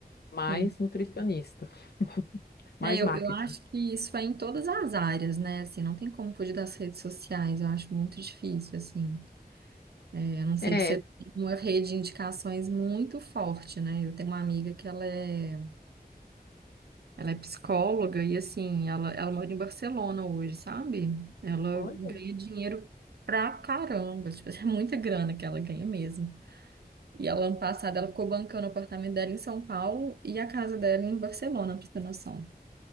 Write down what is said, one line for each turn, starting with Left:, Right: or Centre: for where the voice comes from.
Left: mais
Right: Sim.
Left: nutricionista, <laughs> mais
Right: É, eu,
Left: marketing.
Right: eu acho que isso é em todas as áreas, né? Assim, não tem como fugir das redes sociais. Eu acho muito difícil, assim. É, A não ser
Left: É,
Right: que você tenha uma rede de indicações muito forte, né? Eu tenho uma amiga que ela é, ela é psicóloga e, assim, ela, ela mora em Barcelona hoje, sabe? Ela
Left: olha.
Right: ganha dinheiro pra caramba, tipo, <laughs> é muita grana que ela ganha mesmo. E ela, ano passado, ela ficou bancando o apartamento dela em São Paulo e a casa dela em Barcelona, pra você ter noção.